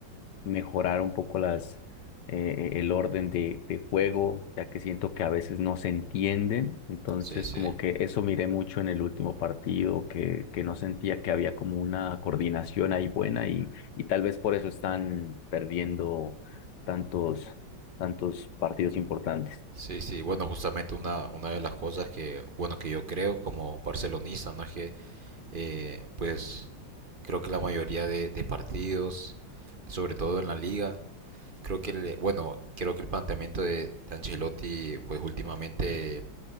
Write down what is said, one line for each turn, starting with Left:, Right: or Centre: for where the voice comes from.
Left: mejorar un poco las, eh, e, el orden de, de juego, ya que siento que a veces no se entienden. Entonces,
Right: Sí, sí.
Left: como que eso miré mucho en el último partido, que, que no sentía que había como una coordinación ahí buena y, y tal vez por eso están perdiendo tantos, tantos partidos importantes.
Right: Sí, sí. Bueno, justamente una, una de las cosas que, bueno, que yo creo como barcelonista, ¿no? Es que, eh, pues, creo que la mayoría de, de partidos, sobre todo en la liga, creo que, el- bueno, creo que el planteamiento de, de Ancelotti, pues, últimamente